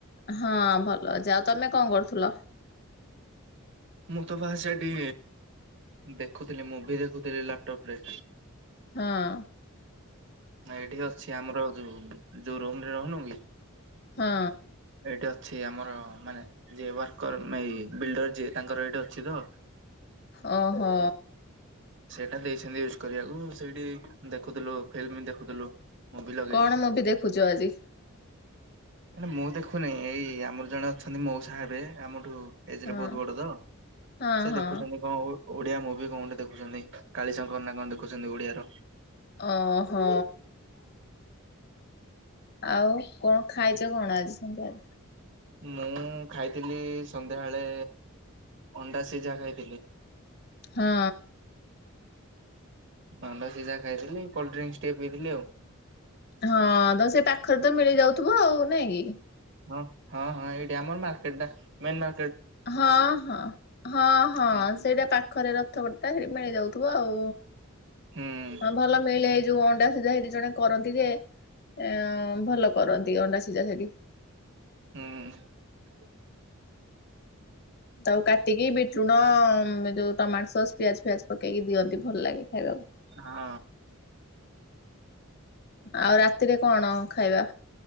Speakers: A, on the left; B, on the right.
A: ହଁ ଭଲ ଅଛି ଆଉ ତମେ କଣ କରୁଥିଲ?
B: ମୁଁ ତ ବା ସେଠି ଦେଖୁଥିଲି ମୁଭି ଦେଖୁଥିଲି ଲାପଟପ ରେ।
A: ହଁ।
B: ନା ଏଇଠି ଅଛି ଆମର ଯୋଉ ଯୋଉ ରୋମରେ ରହୁନୁ କି
A: ହଁ।
B: ଏଇଠି ଅଛି ଆମର ମାନେ ଯିଏ ୱାର୍କର ଏ ବିଲ୍ଡର ଯିଏ ତାଙ୍କର ଏଇଠି ଅଛି ତ।
A: ହ ହୋ।
B: ଟା ଦେଇଛନ୍ତି ୟୁଜ କରିବାକୁ ସେଇଠି ଦେଖୁଥିଲୁ ଫିଲ୍ମ ଦେଖୁଥିଲୁ। ମୁଭି ଲଗେଇକି
A: କଣ ମୁଁ ମୁଭି ଦେଖୁଛୁ ଆଜି?
B: ହେଲେ ମୁଁ ଦେଖୁନି ଏଇ ଆମର ଜଣେ ଅଛନ୍ତି ମଉ ସାହେବ ଆମଠୁ ଏଜରେ
A: ହଁ
B: ବହୁତ ବଡ ତ
A: ହଁ
B: ସେ
A: ହଁ
B: ଦେଖୁଛନ୍ତି କଣ। ଓଡିଆ ମୁଭି କୋଣଠେ ଦେଖୁଛନ୍ତି କାଳିଶଙ୍କର ନା କଣ ଦେଖୁଛନ୍ତି ଓଡିଆର।
A: ଅ ହଁ। ଆଉ କଣ ଖାଇଛ କଣ ଆଜି ସନ୍ଧ୍ୟା?
B: ମୁଁ ଖାଇଥିଲି ସନ୍ଧ୍ୟାବେଳେ ଅଣ୍ଡା ସିଝା ଖାଇଥିଲି।
A: ହଁ।
B: ଅଣ୍ଡା ସିଝା ଖାଇଥିଲି କୋଲଡ ଡ୍ରିଙ୍କସ ଟିକେ ପିଇଥିଲି ଆଉ।
A: ହଁ ତ ସେ ପାଖରେ ତ ମିଳି ଯାଉଥିବ ଆଉ ନାଇଁ କି?
B: ହଁ ହଁ ହଁ ଏଇଠି ଆମର ମାର୍କେଟଟା ମେନ
A: ହଁ ହଁ ହଁ ହଁ
B: ହୁଁ
A: ସେଇଟା ପାଖରେ ରଥ କଟ ସେଠି ମିଳିଯାଉଥିବ ଆଉ।
B: ହୁଁ
A: ହ ଭଲ ମିଳେ ଏଇ ଯୋଉ ଅଣ୍ଡା ସିଧା ହେ ଜଣେ କରନ୍ତି ଯେ ଅ ଭଲ କରନ୍ତି ଅଣ୍ଡା ସିଜା ସେଠି।
B: ହୁଁ।
A: ଆଉ କାଟିକି ବିଟୁଣ ଯୋଉ ଟମାଟୋ ସସ୍ ପିଆଜ ପିଆଜ ପକେଇକି ଦିଅନ୍ତି ଭଲ ଲାଗେ ଖାଇବାକୁ।
B: ହଁ।
A: ଆଉ ରାତିରେ କଣ ଖାଇବା?